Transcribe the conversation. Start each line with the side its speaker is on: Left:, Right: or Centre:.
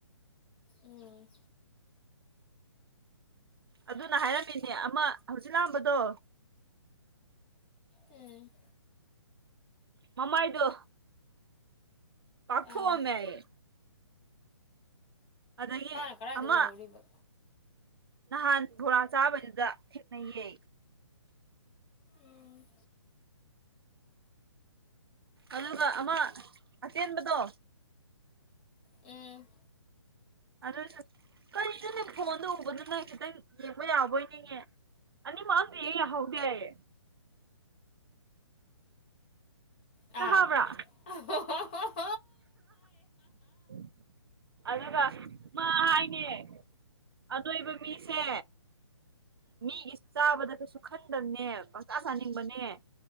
Left: ꯎꯝ
Right: ꯑꯗꯨꯅ ꯍꯥꯏꯔꯝꯃꯤꯅꯦ ꯑꯃ ꯍꯧꯖꯤꯛ ꯂꯥꯛꯑꯝꯕꯗꯣ
Left: ꯎꯝ
Right: ꯃꯃꯥꯏꯗꯣ ꯄꯥꯛꯊꯣꯛꯑꯝꯃꯦ
Left: ꯑꯥ
Right: ꯑꯩ ꯑꯗꯒꯤ
Left: ꯃꯥꯅ ꯀꯗꯥꯏꯗ
Right: ꯑꯃ
Left: ꯎꯍꯧꯔꯤꯕ
Right: ꯅꯍꯥꯟ ꯕꯣꯔꯥ ꯆꯥꯕꯗꯨꯗ ꯊꯦꯡꯅꯩꯌꯦ
Left: ꯎꯝ
Right: ꯑꯗꯨꯒ ꯑꯃ ꯑꯇꯦꯟꯕꯗꯣ
Left: ꯎꯝ
Right: ꯑꯗꯨꯁꯨ ꯀꯔꯤꯅꯣꯅꯦ ꯐꯣꯟꯗ ꯎꯕꯗꯨꯅ ꯈꯤꯇꯪ ꯌꯦꯡꯕ ꯌꯥꯕ ꯑꯣꯏꯅꯤꯉ ꯑꯅꯤ ꯃꯛ ꯑꯝꯇ ꯍꯦꯛ ꯌꯥꯍꯧ ꯗꯦ
Left: ꯑ
Right: ꯇꯥꯕ꯭ꯔꯥ
Left: ꯍ ꯍ ꯍꯣ <unintelligible>
Right: <inaudible> ꯑꯗꯨꯒ ꯃꯥ ꯍꯥꯏꯅꯦ ꯑꯅꯣꯏꯕ ꯃꯤꯁꯦ ꯃꯤꯒꯤꯁꯨ ꯆꯥꯕꯗ ꯀꯩꯁꯨ ꯈꯟꯗꯕꯅꯦ ꯄꯪꯆꯥꯥ ꯆꯥꯅꯤꯡꯕꯅꯦ